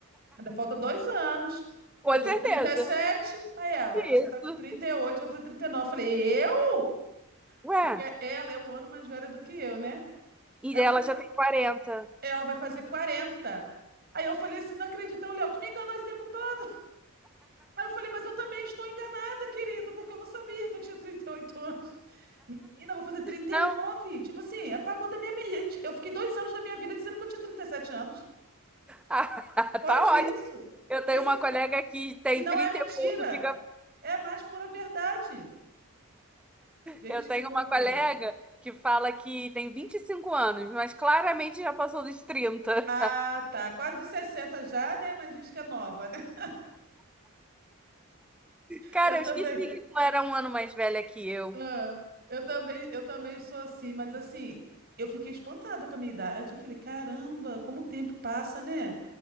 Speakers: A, on the right; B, in the centre.
A: Ainda falta dois anos. Eu
B: Com
A: tô
B: certeza.
A: com trinta e sete Aí ela,
B: Isso.
A: você tá com trinta e oito vai fazer trinta e nove Eu falei, eu?
B: Ué,
A: Porque ela é um ano mais velha do que eu, né?
B: e
A: Aí
B: ela
A: eu falei,
B: já
A: assim,
B: tem 40.
A: ela vai fazer quarenta Aí eu falei assim, não acredita, ô, Léo, tu me enganou esse tempo todo. <laughs> Aí eu falei, mas eu também estou enganada, querido, porque eu não sabia que eu tinha 38 anos. Menina, eu vou fazer trinta
B: Não,
A: e nove Tipo assim, apagou da minha mente. Eu fiquei dois anos da minha vida dizendo que eu tinha 37 anos.
B: <laughs>
A: Pode
B: tá
A: isso?
B: ótimo. Eu
A: E
B: tenho
A: assim,
B: uma colega que tem
A: e não
B: 30
A: é mentira.
B: e pouco, fica.
A: É a mais pura verdade. Gente,
B: Eu tenho
A: que loucura.
B: uma colega que fala que tem 25 anos, mas claramente já passou dos 30.
A: Ah, tá. Quase dos 60 já, né? Mas diz que é nova. <laughs>
B: Cara,
A: Eu também.
B: eu esqueci que tu era um ano mais velha que eu.
A: Ah, eu também, eu também sou assim, mas assim, eu fiquei espantada com a minha idade. Eu falei, caramba, como o tempo passa, né?